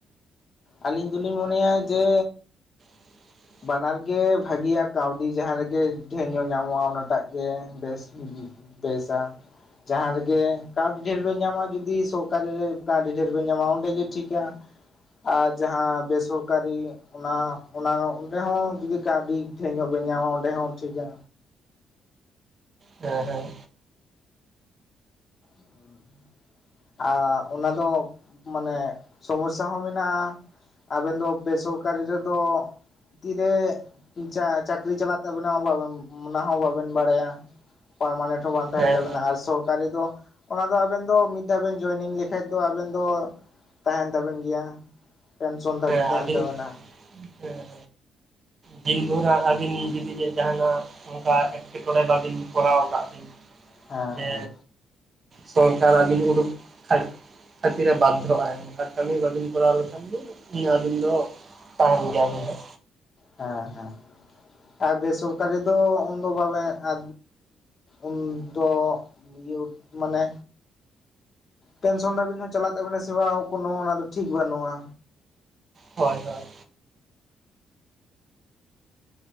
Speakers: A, on the left; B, on the right.
A: ᱟᱹᱞᱤᱧ ᱫᱚᱞᱤᱧ ᱢᱚᱱᱮᱭᱟ ᱡᱮᱼᱼ
B: <unintelligible>
A: ᱵᱟᱱᱟᱨ ᱜᱮ ᱵᱷᱟᱜᱤᱭᱟ ᱠᱟᱹᱣᱰᱤ ᱡᱟᱦᱟᱸ ᱨᱮᱜᱮ ᱰᱷᱮᱨ ᱧᱚᱜ ᱧᱟᱢᱚᱜᱼᱟ ᱚᱱᱟᱴᱟᱜ ᱜᱮ ᱵᱮᱥ ᱯᱟᱹᱭᱥᱟ ᱡᱟᱸᱦᱟ ᱨᱮᱜᱮ ᱠᱟᱹᱣᱰᱤ ᱰᱷᱮᱨ ᱵᱮᱱ ᱧᱟᱢᱟ ᱡᱩᱫᱤ ᱥᱚᱨᱠᱟᱨᱤ ᱨᱮ ᱠᱟᱹᱣᱰᱤ ᱰᱷᱮᱨ ᱵᱮᱱ ᱧᱟᱢᱟ ᱚᱸᱰᱮ ᱜᱮ ᱴᱷᱤᱠᱟ᱾ ᱟᱨ ᱡᱟᱦᱟᱸ ᱵᱮᱥᱚᱨᱠᱟᱨᱤ᱾ ᱚᱱᱟ ᱚᱱᱟ ᱚᱸᱰᱮ ᱦᱚᱸ ᱡᱩᱫᱤ ᱠᱟᱹᱣᱰᱤ ᱰᱷᱮᱨ ᱧᱚᱜ ᱵᱮᱱ ᱧᱟᱢᱟ ᱚᱸᱰᱮ ᱦᱚᱸ ᱴᱷᱤᱠᱟ᱾
B: ᱦᱮᱸ ᱦᱮᱸ
A: <unintelligible> ᱟᱨ ᱚᱱᱟ ᱫᱚ ᱢᱟᱱᱮ ᱥᱚᱢᱚᱥᱟ ᱦᱚᱸ ᱢᱮᱱᱟᱜᱼᱟ᱾ ᱟᱵᱮᱱ ᱫᱚ ᱵᱮᱥᱚᱨᱠᱟᱨᱤ ᱨᱮᱫᱚ᱾ ᱛᱤᱨᱮ ᱪᱟ ᱪᱟᱹᱠᱨᱤ ᱪᱟᱞᱟᱜ ᱛᱟᱵᱮᱱᱟ ᱚᱱᱟ ᱦᱚᱸ ᱵᱟᱵᱮᱱ ᱵᱟᱲᱟᱭᱟ᱾ ᱯᱟᱨᱢᱟᱱᱮᱱᱴ ᱦᱚᱸ ᱵᱟᱝ ᱛᱟᱦᱮᱱ
B: ᱦᱮᱸ
A: ᱛᱟᱵᱮᱱᱟ
B: ᱦᱮᱸ ᱦᱮᱸ
A: ᱟᱨ ᱥᱚᱨᱠᱟᱨᱤ ᱫᱚ ᱚᱱᱟ ᱫᱚ ᱟᱵᱮᱱ ᱫᱚ᱾ ᱢᱤᱫ ᱫᱷᱟᱣ ᱵᱮᱱ ᱡᱚᱭᱮᱱᱤᱝ ᱞᱮᱠᱟᱱᱡ ᱫᱚ ᱟᱵᱮᱱ ᱫᱚ ᱛᱟᱦᱮᱱ ᱛᱟᱵᱮᱱ ᱜᱮᱭᱟ᱾ ᱯᱮᱱᱥᱚᱱ ᱫᱷᱟᱹᱵᱤᱡ
B: ᱦᱮᱸ
A: ᱛᱟᱦᱮᱱ
B: ᱟᱹᱵᱤᱱ
A: ᱛᱟᱵᱮᱱᱟ᱾
B: ᱦᱮᱸ ᱦᱮᱸ ᱫᱤᱱ ᱵᱷᱳᱨ ᱟᱹᱵᱤᱱ ᱡᱩᱫᱤ ᱡᱟᱦᱟᱱᱟᱜ᱾ ᱚᱱᱠᱟ ᱮᱸᱴᱠᱮᱴᱚᱬᱮ ᱵᱟᱹᱵᱤᱱ ᱠᱚᱨᱟᱣ ᱠᱟᱜ ᱵᱤᱱ
A: ᱦᱮᱸ
B: ᱡᱮ᱾
A: ᱦᱮᱸ
B: ᱥᱚᱨᱠᱟᱨ ᱟᱵᱤᱱ ᱩᱰᱩᱠ ᱠᱷᱟᱞᱤ᱾ ᱠᱷᱟᱹᱛᱤ ᱨᱮ ᱵᱟᱫᱷᱚᱜ ᱟᱭ ᱚᱱᱠᱟᱱ ᱠᱟᱹᱢᱤ ᱵᱟᱹᱵᱤᱱ ᱠᱚᱨᱟᱣ ᱞᱮᱠᱷᱟᱱ ᱫᱚ ᱟᱹᱵᱤᱱ ᱫᱚ᱾ ᱛᱟᱦᱮᱱ ᱜᱮᱭᱟᱵᱤᱱ ᱦᱟᱸᱜ᱾
A: ᱦᱮᱸ ᱦᱮᱸ ᱟᱨ ᱵᱮᱥᱚᱨᱠᱟᱨᱤ ᱫᱚ ᱩᱱᱫᱚ ᱵᱟᱵᱮᱱ ᱮ ᱩᱱᱫᱚ᱾ ᱤᱭᱟᱹ ᱢᱟᱱᱮ ᱯᱮᱱᱥᱚᱱ ᱫᱷᱟᱹᱵᱤᱡ ᱦᱚᱸ ᱪᱟᱞᱟᱜ ᱛᱟᱵᱤᱱᱟ ᱥᱮ ᱵᱟᱝ ᱠᱟᱱᱳ ᱚᱱᱟ ᱫᱚ ᱴᱷᱤᱠ ᱵᱟᱹᱱᱩᱜᱼᱟ᱾
B: ᱦᱚᱳᱭ ᱦᱚᱳᱭ